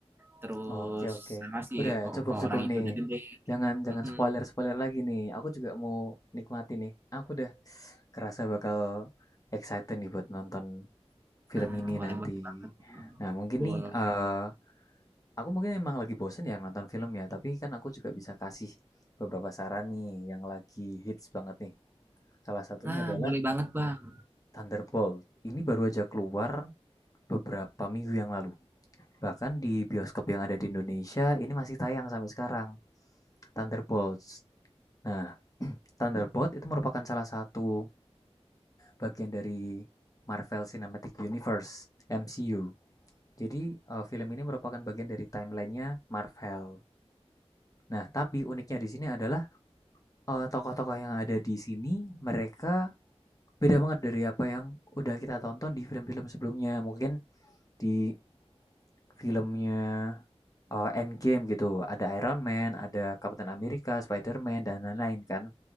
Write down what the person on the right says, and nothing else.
Terus
sama si
o-
orang itu
udah gede.
Mm-mm.
Nah,
boleh-boleh
banget.
Boleh.
Ah,
boleh banget, Bang.